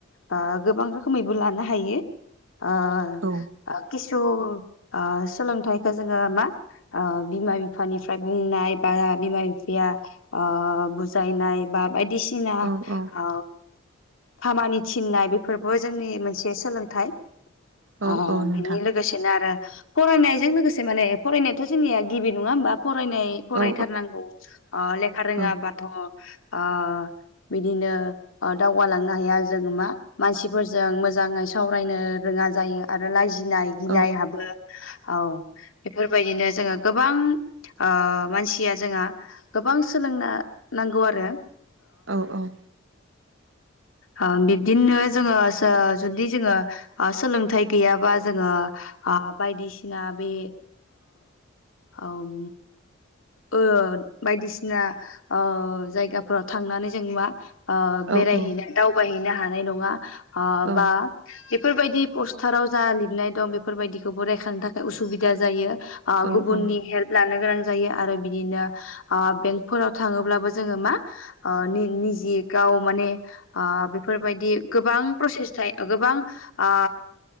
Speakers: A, on the left (about 75°); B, on the right (about 65°).
A: ओ गोबां रोखोमैबो लानो हायो। अ
B: औ
A: ओ खिस स आ सोलोंथाइखौ जोङो मा आ बिमा बिफानिफ्राय बुंनाय बा बिमा बिफाया आ बुजायनाय बा बायदिसि थिना
B: औ औ
A: अ खामानि थिननाय बेफोरबो जोंनि मोनसे सोलोंथाइ
B: औ
A: आ
B: औ
A: बेनि
B: नोंथां
A: लोगोसेनो आरो फरायनायजों लोगोसे माने फरायनायाथ जोंनिया गिबि नङा होमबा। फरायनाय फरायथारनांगौ
B: औ
A: आ लेखा रोङाबाथ
B: औ
A: अ बिदिनो अ दावगालांनो हाया जोंङो मा मानसिफोरजों मोजाङै सावरायनो रोङा जायो आरो लाजि गिनाय
B: औ
A: गिनाय
B: औ
A: हाबो औ बेफोरबायदिनो जोङो गोबां अ मानसिया जोंङो गोबां सोलोंनो नांगौ आरो।
B: औ औ।
A: अ बिब्दिनो जोङो सो जुदि जोङो अ असोलोंथाइ गैयाबा जोङो अ बायदिसिना बे अ उम ओ बायदिसिना अ जायगाफोराव थांनानै जों नुवा। अ बेरायहैनो
B: औ औ
A: दावबायहैनो हा हानाय नङा। अ बा
B: औ
A: हि बेफोरबायदि पस्टाराव जा लिरनाय दं बेफोरबायदिखौबो रायखांनो थाखाय उसुबिदा जायो। अ
B: औ
A: गुबुननि
B: औ
A: हेल्प लानो गोनां जाया आरो बिदिनो आ बेंक फोराव थाङोब्लाबो जोङो मा ओ निनिजे गाव माने आ बे फोरबायदि गोबां प्रसेस थाइ गोबां ओ